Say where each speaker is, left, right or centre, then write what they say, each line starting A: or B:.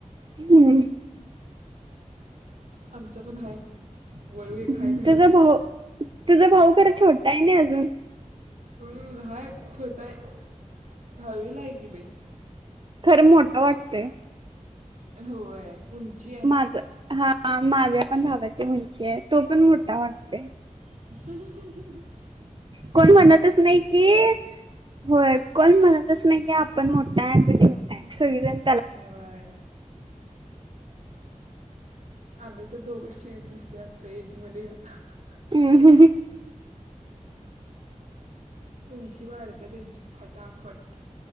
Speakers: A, on the right; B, on the right.
A: हम्म
B: आमचं पण आहे. वळू एक
A: अ..
B: आहे घरात
A: त्याज भा.. त्याज भाऊ छोटा आहे ना अजून.
B: हम्म.. हाय, छोटा है.. दहावीला है की बई
A: खरं मोठा वाटतंय
B: होय. उंची अ
A: माझ... हा माझ्या पण भावाची उंची आहे तो पण मोठा वाटतोय.
B: ह्... ह्.. ह्..
A: कोण म्हणतच नाही की.. होय कोण म्हणतच नाही की आपण मोठा आहे तू छोटा आहे, सगळेजण
B: व्हाय आम्ही तर दोघच सेम दिसतोय आता ऐज मध्ये ह्.. ह..
A: हम्म.. हम्
B: उंची वाढते त्यांची फटाफट